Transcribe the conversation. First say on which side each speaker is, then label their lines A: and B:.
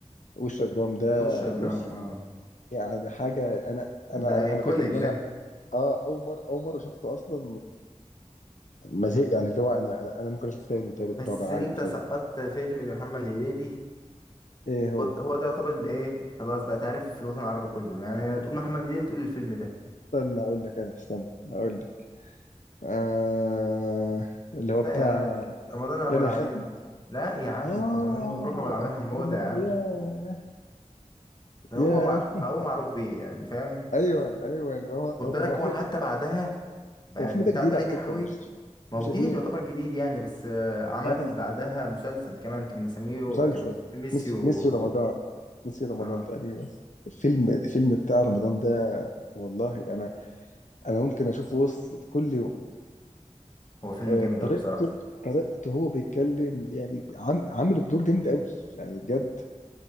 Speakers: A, on the left (about 80°); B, on the left (about 35°).
A: وش جرام ده
B: وش جرام
A: بص
B: اه
A: يعني حاجه انا
B: ده
A: انا انا
B: ايكونيك
A: أنا فاكر ان انا
B: ده
A: اه اول مره اول مره شفته اصلا ما زهق يعني اللي هو انا انا أنا ممكن اشوف تاني وتالت
B: بس
A: ورابع
B: انت
A: عادي مش
B: سقطت
A: هزهق
B: فيلم لمحمد هنيدي
A: ايه هو
B: هو هو ده يعتبر اللي ايه خلاص بقى تعرف في الوطن العربي كله يعني تقول محمد هنيدي تقول الفيلم ده
A: استنى اقول لك انا استنى اقول لك آه اللي
B: ازاي
A: هو بتاع
B: يا راجل رمضان ابو
A: يا انا
B: العالمين
A: يا خالتي
B: لا يا عم
A: اه
B: رمضان مبروك ابو العالمين حموده
A: رمضان
B: يا عم
A: ياه
B: ده هو
A: ياه
B: مع... هو معروف بيه يعني فاهم
A: ايوه ايوه هو هو
B: خد بالك
A: هو في-
B: هو حتى بعدها بقى
A: هو الفيلم
B: البتاع
A: ده جديد
B: ده
A: على
B: نجح
A: فكره
B: قوي
A: مش
B: ما
A: مش
B: هو جديد
A: قديم
B: يعتبر جديد يعني بس آه، عمل
A: اه
B: بعدها مسلسل كمان كان مسميه
A: مسلسل
B: كان ميسيو
A: ميسي ميسي رمضان ميسي رمضان
B: اه
A: تقريبا الفيلم الفيلم بتاع رمضان ده والله انا انا ممكن اشوفه بص كل يوم
B: هو فيلم
A: آه،
B: جامد
A: طريقته
B: قوي بصراحة
A: طريقته هو بيتكلم يعني عام عامل الدور جامد قوي يعني بجد